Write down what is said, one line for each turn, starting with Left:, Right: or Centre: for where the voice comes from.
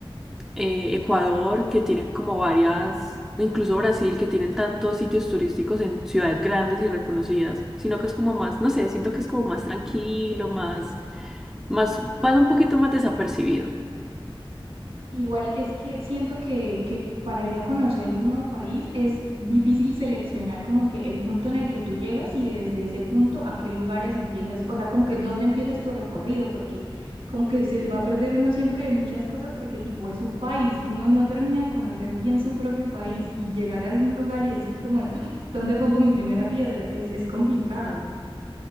Centre: eh, Ecuador, que tienen como varias, incluso Brasil, que tienen tantos sitios turísticos en ciudades grandes y reconocidas, sino que es como más, no sé, siento que es como más tranquilo, más, más, pasa un poquito más desapercibido.
Right: Igual es que siento que, que para ir a conocer un nuevo país es difícil seleccionar como que el punto en el que tú llegas y desde ese punto a qué lugares empiezas, o sea, como que dónde empiezas tu recorrido, porque como que se va a perder uno siempre de muchas cosas porque tipo es un país, uno no termina de conocer bien su propio país y llegar a un lugar y decir como de, "Ah, ¿dónde pongo mi primera piedra? Es, es complicado.